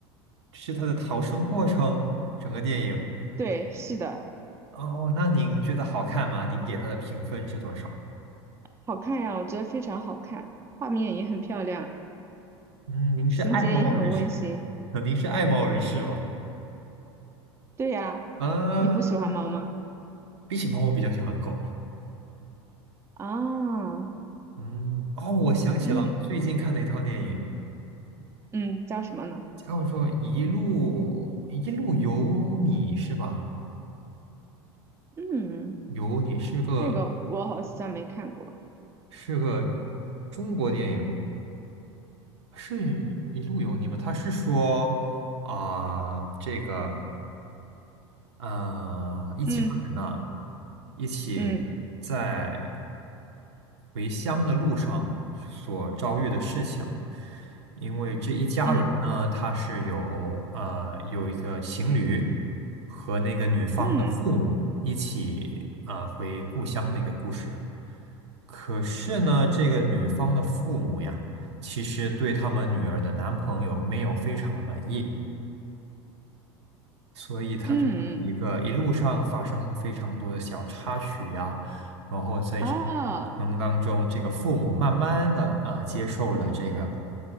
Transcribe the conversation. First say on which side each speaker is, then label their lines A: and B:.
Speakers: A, on the right; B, on the right.
A: 是它的逃生过程，整个电影。
B: 对，是的，
A: 哦，那您觉得好看吗？您给它的评分是多少？
B: 好看呀，我觉得非常好看，画面也很漂亮，
A: 嗯，您是爱猫人士
B: 情节也很温馨。
A: <laughs>，呃您是爱猫人士吗？
B: 对呀，
A: 嗯，
B: 你不喜欢猫吗？
A: 比起猫，我比较喜欢狗。
B: 啊，
A: 嗯，哦，我想起了我最近看的一套电影，
B: 嗯嗯，叫什么呢？
A: 叫做《一路一路有你》，是吧？
B: 嗯，
A: 有你是个。
B: 这个我好像没看过。
A: 是个中国电影，是一路有你吗？他是说啊、这个呃，一家人呢，
B: 嗯
A: 一起在
B: 嗯。
A: 回乡的路上所遭遇的事情。因为这一家人呢，
B: 嗯
A: 他是有呃有一个情侣和那个女方的父母一起呃回故乡那个故事。
B: 嗯
A: 可是呢，这个女方的父母呀，其实对他们女儿的男朋友没有非常满意，所以他就是一个一路上发生非常多的小插曲呀，
B: 嗯，
A: 然后在这个过程当中，
B: 哦
A: 这个父母慢慢的啊接受了这个